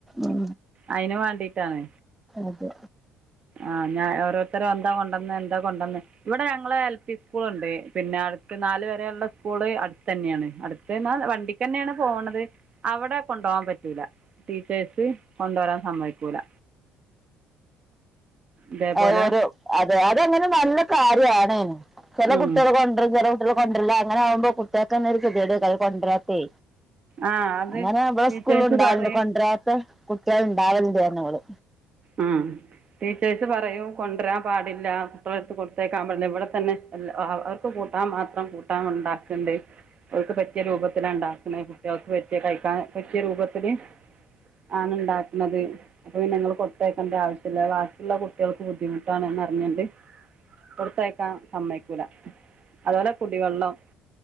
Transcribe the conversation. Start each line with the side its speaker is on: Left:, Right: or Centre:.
Centre: ഉം
Right: അയിന് വാണ്ടീട്ടാണ്
Centre: അതെ
Right: ആഹ് ഞാൻ ഓരോരുത്തരും എന്താ കൊണ്ടന്ന എന്താ കൊണ്ടുന്ന ഇവിടെ ഞങ്ങള് എൽ പി സ്കൂൾ ഉണ്ട് പിന്നെ അടുത്ത് നാല് വരെയുള്ള സ്കൂള് അടുത്തന്നെയാണ് അടു ത്ന്നാ വണ്ടിക്കന്നേണ് പോണത് അവിടെ കൊണ്ടകാൻ പറ്റൂല ടീച്ചേഴ്സ് കൊണ്ടരാൻ സമ്മയ്‌ക്കൂല ഇതേപോലെ
Centre: അഹ് ഒരു അതെ അതങ്ങനെ നല്ല കാര്യാണേനും ചെല
Right: ഉം
Centre: കുട്ട്യള് കൊണ്ടരും ചില കുട്ട്യൾ കൊണ്ടര്ല്ല അങ്ങനെ ആകുമ്പോ കുട്ട്യേക്കെന്ന ഒരു കെതീടേകാര കൊണ്ടരാത്തെ
Right: ആ അത്
Centre: അങ്ങനെ ഇവളെ
Right: ടീച്ചേഴ്സ്
Centre: സ്കൂളും ഉണ്ടാവലണ്ട്
Right: പറയും
Centre: കൊണ്ടരാത്ത കുട്ട്യേള്ണ്ടാവൽണ്ട് പർഞ്ഞു ഓള്
Right: ഉം ടീച്ചേഴ്സ് പറയും കൊണ്ടരാൻ പാടില്ല കുട്ടളെടുത്ത് കൊടുത്തേക്കാകൻ പാടില്ല ഇവിടെത്തന്നെ എ അവർ ക്കു കൂട്ടാൻ മാത്രം കൂട്ടാൻ ഉണ്ടാക്കണ്ട് ഓൽക്ക് പറ്റിയ രൂപത്തിലാണ്ടാക്കണേ കുട്ട്യേൾക്ക് പറ്റിയ കഴിക്കാൻ പറ്റിയ രൂപത്തില് ആണ് ഉണ്ടാക്ക്ണത് അപ്പൊ പിന്നെ ഇങ്ങള് കൊട് തേക്കണ്ട ആവശ്യല്ല ബാക്കിള്ള കുട്ട്യേൾക്ക് ബുദ്ധിമുട്ടാണ്ന്ന് അറിഞ്ഞണ്ട് കൊടുത്തയക്കാ സമ്മയ്ക്കൂല അതുപോലെ കുടിവെള്ളം